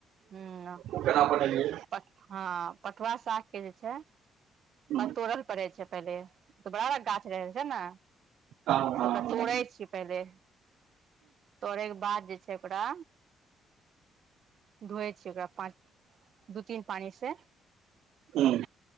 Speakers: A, on the right; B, on the right.
A: हुं
B: ओ केना बनेलियै
A: प हँ पटुआ सागके जे छै
B: हँ
A: पतोड़ल पड़े छै पहिले तऽ बड़ा बड़ा गाछ हो जाय छै ने
B: हँ
A: तऽ ओकरा
B: हँ
A: तोड़ै छियै पहिले तोड़ैके बाद जे छै ओकरा धोए छी ओकरा पाँच दू तीन पानी से
B: हूं